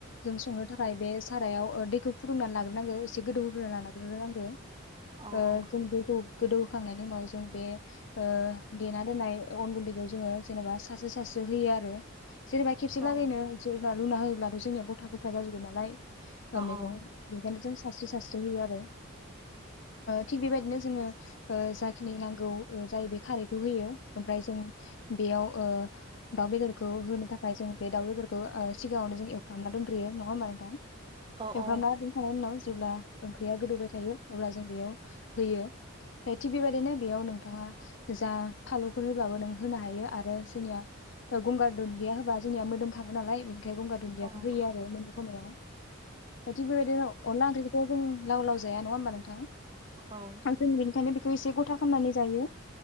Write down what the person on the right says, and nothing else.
औ
औ
औ
औ
औ
औ
औ नंगौ
औ औ